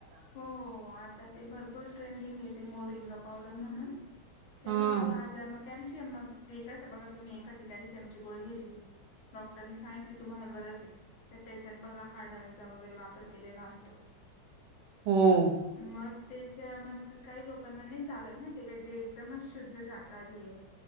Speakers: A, on the left; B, on the right.
A: हो आता ते भरपूर ट्रेंडिंग येते मोरिंगा पावडर म्हणून, त्या
B: हां,
A: भरपूर आज मग कॅल्शियम मग एककाच बघा तुम्ही एखादी कॅल्शियम ची गोळी घेतली डॉक्टरनी सांगितली तुम्हाला गरज ये त त्याच्यात बघा हाडाचा वगैरे वापर केलेला असतो.
B: <inaudible> हो.
A: मग त्येच्या म त काही लोकांना नाही चालत ना ते का जे एकदमच शुद्ध शाकाहारी ये.